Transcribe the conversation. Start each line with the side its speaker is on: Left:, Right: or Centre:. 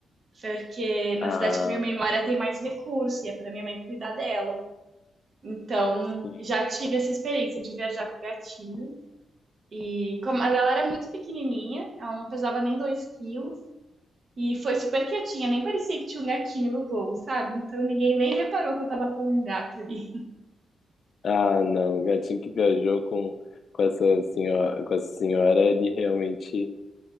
Right: porque na
Left: Ah,
Right: cidade que minha mãe mora tem mais recurso e é pra minha mãe cuidar dela. Então,
Left: sim.
Right: já tive essa experiência de viajar com o gatinho. E como, mas ela era muito pequenininha, ela não pesava nem 2 quilos. E foi super quietinha, nem parecia que tinha um gatinho no voo, sabe? Então ninguém nem reparou que eu tava com um gato ali.
Left: Ah, não, o gatinho que viajou com, com essa senhora, com essa senhora, ele realmente